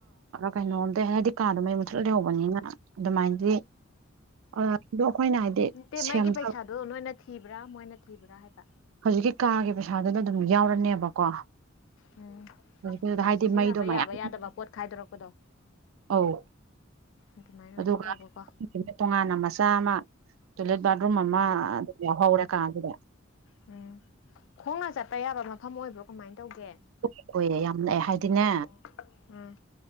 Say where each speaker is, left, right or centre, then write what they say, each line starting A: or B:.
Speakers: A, on the right (about 85°); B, on the left (about 65°).
A: ꯀꯩꯅꯣꯝꯗ ꯍꯥꯏꯗꯤ ꯀꯥꯗꯨꯃꯩ ꯃꯨꯊꯠ ꯂꯩꯍꯧꯕꯅꯤꯅ ꯑꯗꯨꯃꯥꯏꯅ ꯑꯗꯣ ꯑꯩꯈꯣꯏꯅ ꯍꯥꯏꯗꯤ
B: ꯅꯠꯇꯦ
A: ꯁꯦꯝꯖꯕ
B: ꯃꯩꯒꯤ ꯄꯩꯁꯥꯗꯣ ꯅꯣꯏꯅ ꯊꯤꯕ꯭ꯔꯥ ꯃꯣꯏꯅ ꯊꯤꯕ꯭ꯔꯥ ꯍꯥꯏꯕ
A: ꯍꯧꯖꯤꯛꯀꯤ ꯀꯥꯒꯤ ꯄꯩꯁꯥꯗꯨꯗ ꯑꯗꯨꯝ ꯌꯥꯎꯔꯅꯦꯕꯀꯣ
B: ꯎꯝ
A: ꯍꯧꯖꯤꯛꯀꯤꯗꯨꯢ
B: ꯑꯗ
A: ꯍꯥꯏꯗꯤ
B: ꯁꯤꯖꯤꯟꯅꯕ
A: ꯃꯩꯗꯣ ꯃꯌꯥꯝ
B: ꯌꯥꯕ ꯌꯥꯗꯕ ꯄꯣꯠ ꯈꯥꯏꯗꯣꯔꯛꯄꯗꯣ
A: ꯑꯧ
B: ꯑꯗꯨꯃꯥꯏꯅ
A: ꯑꯗꯨꯒ
B: ꯑꯣꯏꯅ ꯇꯧꯕꯀꯣ
A: ꯇꯣꯉꯥꯟꯅ ꯃꯁ ꯆꯥꯃ ꯇꯣꯏꯂꯦꯠ ꯕꯥꯠꯔꯨꯝ ꯑꯃ
B: ꯎꯝ
A: ꯑꯗꯨꯝ ꯌꯥꯎꯍꯧꯔꯦꯀꯥ ꯑꯗꯨꯗ
B: ꯎꯝ ꯈꯣꯡꯅ ꯆꯠꯄ ꯌꯥꯕ ꯃꯐꯝ ꯑꯣꯏꯕ꯭ꯔꯣ ꯀꯃꯥꯏꯅ ꯇꯧꯒꯦ
A: ꯍꯣꯏ ꯍꯣꯏꯌꯦ ꯌꯥꯝ ꯅꯛꯑꯦ ꯍꯥꯏꯗꯤꯅꯦ
B: ꯑꯣ ꯎꯝ